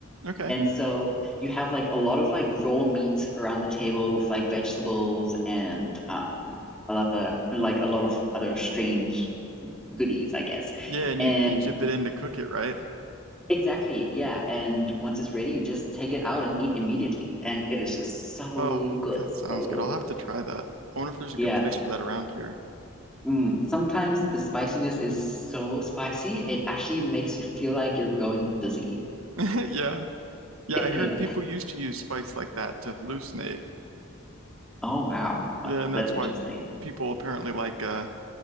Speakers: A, on the right; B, in the centre.
A: Okay.
B: And so you have like a lot of like raw meat around the table with like vegetables and um a lot of like a lot of other strange goodies, I guess.
A: Yeah, and
B: And
A: you you dip it in to cook it, right?
B: Exactly. Yeah. And once it's ready, you just take it out and eat immediately. And it is just so
A: Oh,
B: good.
A: that sounds
B: So good.
A: good. I'll have to try that. I wonder if there's a
B: Yeah.
A: good place for that around here.
B: Mm. Sometimes the spiciness is so spicy, it actually makes you feel like you're going dizzy.
A: <laughs> Yeah. Yeah,
B: <laughs>
A: I heard
B: Yeah.
A: people used to use spice like that to hallucinate.
B: Oh, wow. Wow.
A: Yeah, and
B: That's
A: that's
B: interesting.
A: why people apparently like uh,